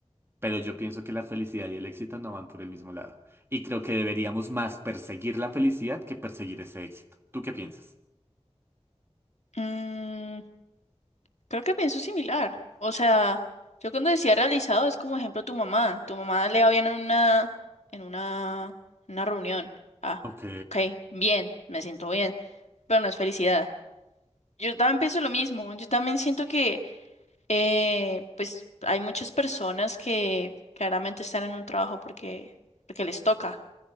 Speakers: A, on the right (about 20°); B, on the left (about 85°).
A: Pero yo pienso que la felicidad y el éxito no van por el mismo lado. Y creo que deberíamos más perseguir la felicidad que perseguir ese éxito. ¿Tú qué piensas?
B: Mm. Creo que pienso similar. O sea, yo cuando decía realizado es como ejemplo tu mamá. Tu mamá le va bien en una, en una, una reunión. Ah,
A: Ok,
B: ok, bien, me siento bien, pero no es felicidad. Yo también pienso lo mismo. Yo también siento que, eh, pues, hay muchas personas que claramente están en un trabajo porque, porque les toca